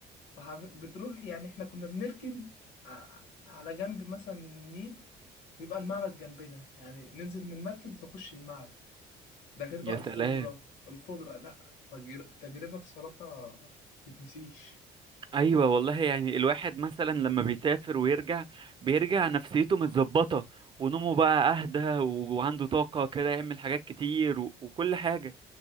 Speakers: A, on the left; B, on the right.
A: وح- بتروح يعني احنا كنا بنركن ع- على جنب مثلا من النيل بيبقى المعبد جنبنا يعني ننزل من المركب نخش المعبد ده غير
B: يا
A: بقى الخضرة
B: سلام
A: الخضرة لا تجر... تجربة بصراحة تتنسيش
B: ايوه والله يعني الواحد مثلا لما بيسافر ويرجع بيرجع نفسيته متظبطة ونومه بقى اهدى و- وعنده طاقة كده يعمل حاجات كتير و... وكل حاجة